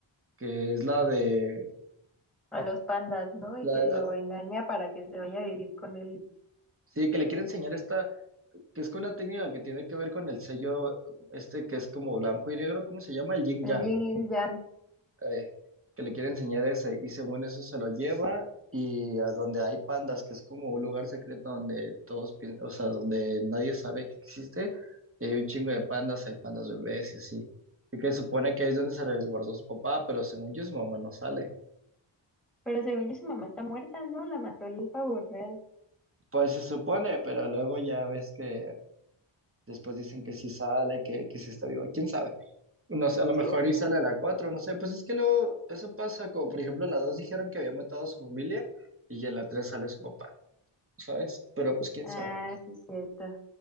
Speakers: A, on the right; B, in the centre.
A: que es la de,
B: A los pandas, ¿no? Y
A: la
B: que lo
A: de-
B: engaña para que se vaya a vivir con él,
A: sí, que le quiere enseñar esta, que es una técnica que tiene que ver con el sello, este que es como blanco y negro, ¿cómo se llama? El yin yang.
B: el yin y el yang.
A: eh, que le quiere enseñar ese, y según eso se lo lleva y a donde hay pandas, que es como un lugar secreto donde todos, pi- o sea, donde nadie sabe que existe, y hay un chingo de pandas, hay pandas bebés y así. Y que supone que ahí es donde se resguardó su papá, pero según yo su mamá no sale.
B: Pero según yo, su mamá está muerta, ¿no? La mató el pavo real.
A: Pues se supone, pero luego ya ves que después dicen que sí sale, que, que sí está vivo. ¿Quién sabe? No sé, a lo
B: ¿Sí?
A: mejor y sale a la cuatro no sé. Pues es que luego eso pasa, como por ejemplo en la 2 dijeron que había matado a su familia y en la 3 sale su papá. ¿sabes? Pero pues quién
B: Ah,
A: sabe.
B: sí, cierto.